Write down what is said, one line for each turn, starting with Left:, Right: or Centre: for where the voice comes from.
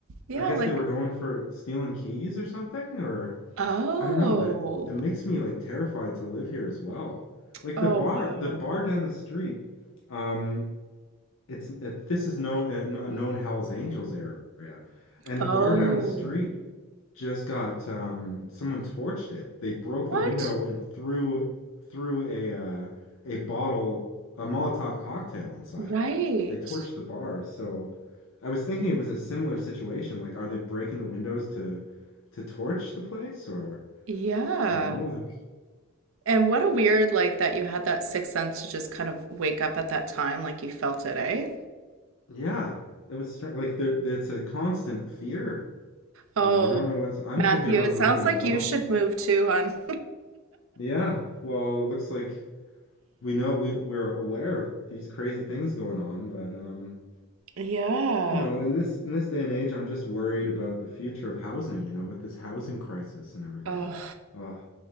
Right: Yeah,
Left: I guess
Right: like,
Left: they were going for stealing keys or something, or
Right: oh,
Left: I don't know, but it, it makes me like terrified to live here as well. Like
Right: oh,
Left: the bar,
Right: wow.
Left: the bar down the street, um, it's it, this is known uh, kn- a known Hell's Angels area, and
Right: Oh,
Left: the bar down the street just got um, someone torched it. They broke
Right: what?
Left: the window and threw threw a uh, a bottle a Molotov cocktail inside
Right: Right.
Left: of it. They torched the bar. So I was thinking it was a similar situation. Like, are they breaking the windows to to torch the place or
Right: Yeah.
Left: you know like
Right: And what a weird, like, that you had that sixth sense to just kind of wake up at that time, like you felt it, eh?
Left: yeah. It was str- like there, it's a constant fear.
Right: Oh,
Left: You know, I don't know what's, I'm
Right: Matthew,
Left: thinking about
Right: it
Left: moving
Right: sounds
Left: as
Right: like
Left: well.
Right: you should move too on.
Left: Yeah, well, it looks like we know we we're aware of these crazy things going on, but um,
Right: Yeah.
Left: you know, in this in this day and age, I'm just worried about the future of housing, you know, with this housing crisis and everything.
Right: Oh,
Left: Oh,